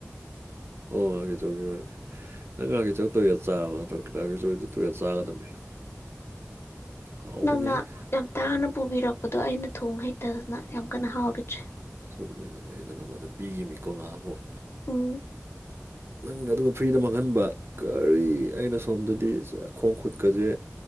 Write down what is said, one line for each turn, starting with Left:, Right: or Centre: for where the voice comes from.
Right: ꯑꯣꯉꯥꯛꯀꯤꯆꯧꯒꯤ ꯋꯥꯔꯤ ꯅꯪ ꯉꯥꯛꯀꯤꯆꯧ ꯇꯣꯏꯑꯣꯠ ꯆꯥꯔꯕ ꯅꯠꯇ꯭ꯔꯣ ꯉꯥꯀꯤꯆꯧꯗꯤ ꯇꯣꯏꯑꯣꯠ ꯆꯥꯒꯗꯕꯅꯤ ꯍꯥꯎꯕꯅꯤ
Left: ꯅꯪꯅ ꯌꯥꯝ ꯇꯥꯡꯅ ꯄꯨꯕꯤꯔꯛꯄꯗꯣ ꯑꯩꯅ ꯊꯣꯡ ꯍꯩꯇꯗꯅ ꯌꯥꯝ ꯀꯟꯅ ꯍꯥꯎꯒꯤꯗ꯭ꯔꯦ
Right: ꯁꯨꯝ ꯑꯩ ꯑꯩ ꯑꯩꯅ ꯅꯉꯣꯟꯗ ꯄꯤꯒꯤꯃꯤꯀꯣ ꯉꯍꯥꯟꯃꯨꯛ
Left: ꯎꯝ
Right: ꯅꯪꯅ ꯑꯗꯨꯝꯕ ꯐ꯭ꯔꯤꯗ ꯃꯥꯡꯍꯟꯕ ꯀꯔꯤ ꯑꯩꯅ ꯁꯣꯝꯗꯗꯤ ꯆꯥ ꯈꯣꯡ ꯈꯨꯠꯀꯖꯦ